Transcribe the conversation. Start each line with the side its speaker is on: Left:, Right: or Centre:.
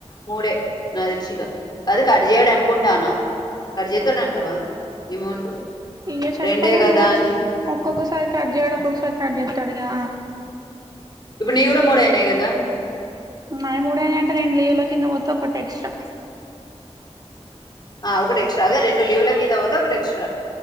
Left: మూడే నాక్ తెలిసి ఇగా అది కట్ చేయడు అనుకుంటానా కట్ చేస్తాడ అంటావా ఎమౌంట్
Right: ఇగా చెప్పాలేం
Left: రెండే కదా
Right: ఇయ్యిచ్
Left: అని
Right: మీ ఒక్కొక్కసారి కట్ చేయడు ఒక్కొక్కసారి కట్ చేస్తాడుగా
Left: ఇప్పుడు నీయి కూడా మూడు అయినయి గదా
Right: నా మూడైనా అంటే రెండు లీవ్ లో కింద పోతే ఒకటి ఎక్స్ట్రా
Left: ఆ ఒకటి ఎక్స్ట్రా అదే రెండు లీవుల కింద పోతే ఒకటి ఎక్స్ట్రా